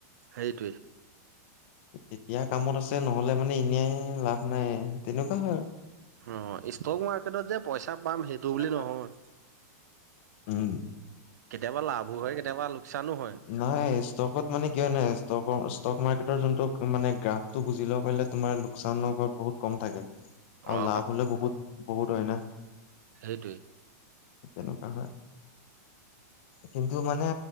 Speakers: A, on the right; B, on the left.
A: সেইটোৱেই
B: এতিয়া কামত আছে নহলে মানে এনেই লাভ নাই তেনেকুৱা হয়
A: অ ষ্টক মাৰ্কেটত যে পইচা পাম সেইটো বুলি নহয়
B: আৰু উম
A: কেতিয়াবা লাভো হয় কেতিয়াবা লোকচানো হয়
B: নাই ষ্টকত মানে কিয় নাই ষ্টক ষ্টক মাৰ্কেটৰ যোনটো মানে গ্ৰাফটো বুজ ল পাৰিলে তোমাৰ লোকচানৰ ঘৰত বহুত কম থাকে আৰু
A: অ
B: লাভ হ'লেও বহুত বহুত হয় ন
A: সেইটোৱেই
B: তেনেকুৱা হয়। কিন্তু মানে